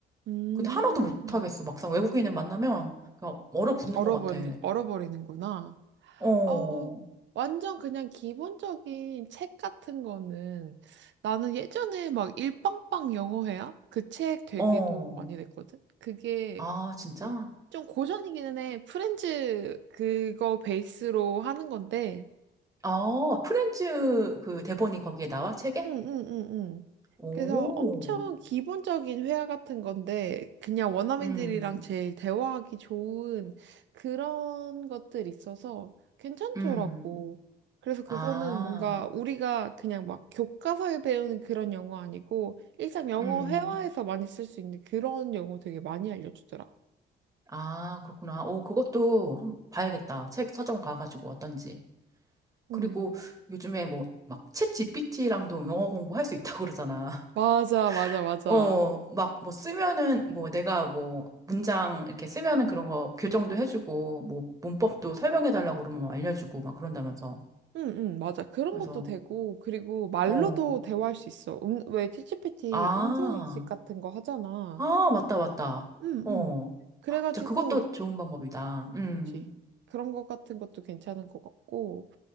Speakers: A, on the right; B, on the right.
A: 음,
B: 근데 하나도 못하겠어. 막상 외국인을 만나면 그냥 얼어붙는
A: 얼어버리,
B: 것 같아.
A: 얼어버리는구나.
B: 어,
A: 어, 완전 그냥 기본적인 책 같은 거는 나는 예전에 막 일빵빵 영어회화? 그 책 되게
B: 어.
A: 도움 많이 됐거든? 그게
B: 아, 진짜?
A: 그- 좀 고전이기는 해. 프렌즈 그거 베이스로 하는 건데
B: 아 프렌즈 그 대본이 거기에 나와, 책에?
A: 응응응응.
B: 오,
A: 그래서 엄청 기본적인 회화 같은 건데 그냥 원어민들이랑
B: 음,
A: 제일 대화하기 좋은 그런 것들 있어서 괜찮더라고.
B: 음.
A: 그래서 그거는
B: 아,
A: 뭔가 우리가 그냥 막 교과서에 배우는 그런 영어 아니고 일상 영어
B: 음,
A: 회화에서 많이 쓸 수 있는 그런 영어 되게 많이 알려주더라.
B: 아, 그렇구나. 오, 그것도 한번 봐야겠다. 책 서점 가가지고 어떤지.
A: 음.
B: 그리고 요즘에 뭐, 막, 챗 GPT랑도 영어 공부할 수 있다고 그러잖아.
A: 맞아, 맞아,
B: <laughs>
A: 맞아.
B: 어, 막, 뭐, 쓰면은, 뭐, 내가 뭐, 문장 이렇게 쓰면은 그런 거 교정도 해주고, 뭐, 문법도 설명해달라고 그러면 뭐 알려주고, 막 그런다면서.
A: 응, 응, 맞아. 그런
B: 그래서,
A: 것도 되고, 그리고 말로도
B: 어,
A: 대화할 수 있어. 음, 왜 챗GPT
B: 아,
A: 음성인식 같은 거 하잖아.
B: 아, 맞다, 맞다.
A: 응,
B: 어,
A: 응. 그래가지고,
B: 진짜 그것도 좋은 방법이다. 음,
A: 그치. 그런 거 같은 것도 괜찮은 것 같고,